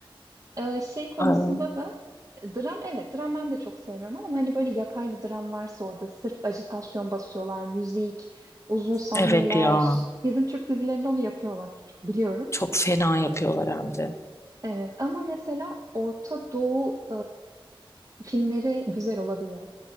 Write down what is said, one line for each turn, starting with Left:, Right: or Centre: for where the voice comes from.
Right: Ee, şey konusunda
Left: Ay,
Right: da e, dram evet dram ben de çok sevmiyorum ama hani böyle yapay bir dram varsa orada sırf ajitasyon basıyorlar, müzik, uzun sahneler.
Left: Evet ya.
Right: Bizim Türk dizilerinde onu yapıyorlar. Çok biliyorum.
Left: Çok fena yapıyorlar hem de.
Right: Evet ama mesela Orta Doğu e, filmleri güzel olabiliyor.